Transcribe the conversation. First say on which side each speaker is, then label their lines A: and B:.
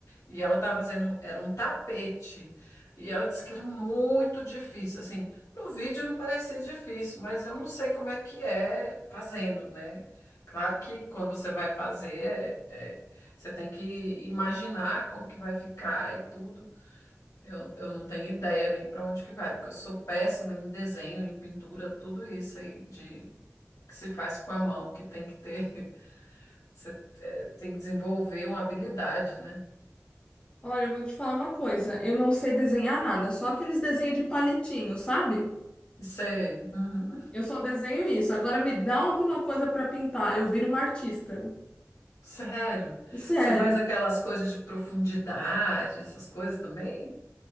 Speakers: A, on the left (about 80°); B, on the left (about 20°).
A: E ela estava fazendo, era um tapete. E ela disse que era muito difícil. Assim, no vídeo não parecia difícil, mas eu não sei como é que é fazendo, né? Claro que quando você vai fazer, é- é, você tem que imaginar como que vai ficar e tudo. Eu, eu não tenho ideia nem para onde que vai, porque eu sou péssima em desenho, em pintura, tudo isso aí de que se faz com a mão, que tem que ter, <laughs> você eh, tem que desenvolver uma habilidade, né?
B: Olha, eu vou te falar uma coisa. Eu não sei desenhar nada, só aqueles desenhos de palitinho, sabe?
A: Sei, uhum.
B: Eu só desenho isso. Agora me dá alguma coisa para pintar, eu viro uma artista.
A: Sério.
B: Sério.
A: Você faz aquelas coisas de profundidade, essas coisas também?